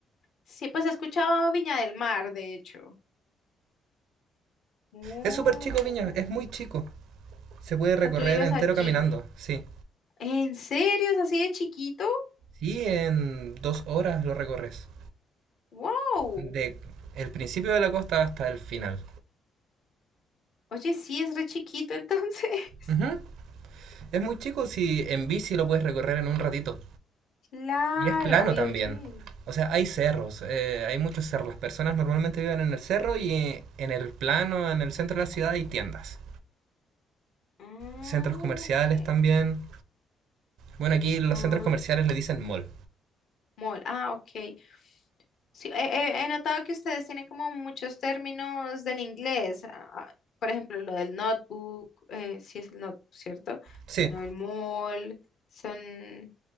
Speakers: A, on the left (about 65°); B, on the right (about 85°).
A: Sí, pues he escuchado Viña del Mar, de hecho. Oh,
B: Es súper chico Viña, es muy chico.
A: O
B: Se puede recorrer
A: sea, tú vives
B: entero
A: allí.
B: caminando, sí.
A: ¿En serio? ¿Es así de chiquito?
B: Sí, en dos horas lo recorres.
A: Wow.
B: de el principio de la costa hasta el final.
A: Oye, sí, es re chiquito entonces. <laughs>
B: Ujú. Es muy chico si en bici lo puedes recorrer en un ratito.
A: Claro.
B: Y es plano
A: Ay,
B: también.
A: oye.
B: O sea, hay cerros, eh, hay muchos cerros. Las personas normalmente viven en el cerro y en el plano, en el centro de la ciudad hay tiendas.
A: Ah,
B: Centros comerciales
A: ok.
B: también. Bueno, aquí los
A: Oye,
B: centros comerciales le dicen mall.
A: mall. Ah, ok. Sí, he, he- he notado que ustedes tienen como muchos términos del inglés. ah, Por ejemplo, lo del notebook, eh, sí es el notebook, ¿cierto?
B: Sí,
A: Bueno, el mall, son,